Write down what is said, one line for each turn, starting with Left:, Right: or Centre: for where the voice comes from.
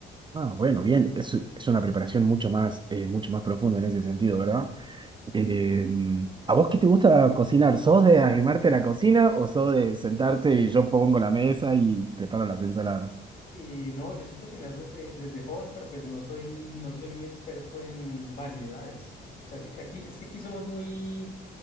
Right: Ah, bueno, bien, es, es una preparación mucho más, eh, mucho más profunda en ese sentido, ¿verdad? Eh, ¿a vos qué te gusta cocinar? ¿Sos de arrimarte a la cocina o sos de sentarte y yo pongo la mesa y preparo las ensaladas?
Left: Y no, yo sé cocinar desde, desde joven, pero pues no soy, no soy muy experto en variedades. O sea, sí, aquí, es que aquí somos muy,